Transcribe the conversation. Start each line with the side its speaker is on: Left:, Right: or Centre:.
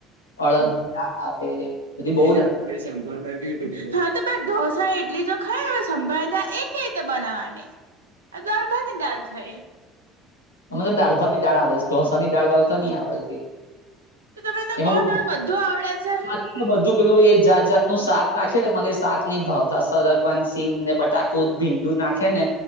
Left: અડદની
Right: અલા હું
Left: દાળ આવે બધી બહુ
Right: જે
Left: દાળ
Right: ભાઈ શંભાર <unintelligible> હા તો પણ ઢોસા ઈડલી જો ખાય હવે સંભાર એ કે રીતે બનાવવાની આ દાળભાતની દાળ થઈ
Left: અમે તો દાળભાતની દાળ આવડે ઢોસાની દાળ તો ની આવડતી
Right: તો તમે તો
Left: એમાં
Right: કહો
Left: બધું
Right: તમને આવડે છે
Left: <unintelligible> બધુ પેલું એ જાત જાતનું શાક નાખે ને મને શાક ની ભાવતા સરગવાની સિંગ ને બટાકું ભીંડુ નાખે ને